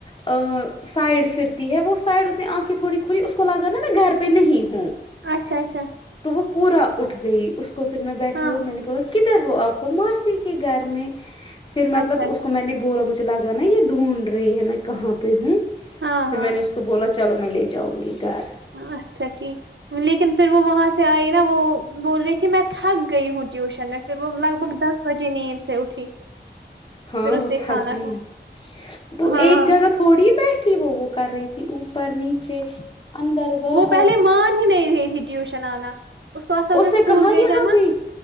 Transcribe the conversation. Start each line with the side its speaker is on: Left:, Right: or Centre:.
Left: ا سائڈ پھرتی ہے وہ سائڈ اسے آنکھیں تھوڑی کھلی اس کو لگا میں گھر پہ نہیں ہوں
Right: اچھا اچھا
Left: تو وہ پورا اٹھ گئی اس کو پھر میں بیٹھی
Right: ہاں
Left: اور میں نے کدھر ہو آپ کو موسی کے گھر میں پھر مطلب
Right: اچھا اچھا
Left: اس کو میں نے بولا مجھے لگا نا یے ڈھونڈ رہی ہے میں کہاں پے ہوں
Right: ہاں
Left: پھر
Right: ہاں
Left: میں نے اس تو بولا چلو میں لے جاؤں گی گھر
Right: اچھا ٹھیک لیکن پھر وہ وہاں سے آئی نا وہ بول رہی تھی میں تھک گئی ہوں ٹیوشن میں پھر وہ لگ بگ دس بجے نیند سے اٹھی
Left: ہاں
Right: پھر اس
Left: وہ
Right: نے
Left: تھک
Right: کھانا
Left: گئی
Right: تھا
Left: وہ
Right: ہاں
Left: ایک جگہ تو تھوڑی بیٹھی وہ وہ کر رہی تھی اوپر نیچے اندر باہر
Right: وہ پہلے مان ہی نہیں رہی تھی ٹیوشن آنا اس کو اصل میں
Left: نے
Right: اسکول
Left: کہاں
Right: بھیجا
Left: یہاں
Right: نا
Left: بھی